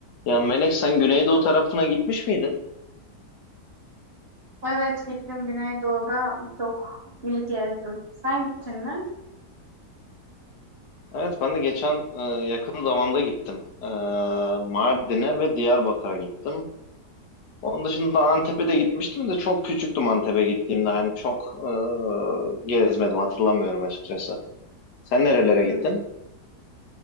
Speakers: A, on the left (about 75°); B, on the right (about 40°).
A: Ya Melek sen Güneydoğu tarafına gitmiş miydin?
B: Evet gittim Güneydoğu'da çok ili gezdim. Sen gittin mi?
A: Evet ben de geçen e, yakın zamanda gittim. E, Mardin'e ve Diyarbakır'a gittim. Onun dışında Antep'e de gitmiştim de çok küçüktüm Antep'e gittiğimde. Hani çok e, gezmedim hatırlamıyorum açıkçası. Sen nerelere
B: Hmm.
A: gittin?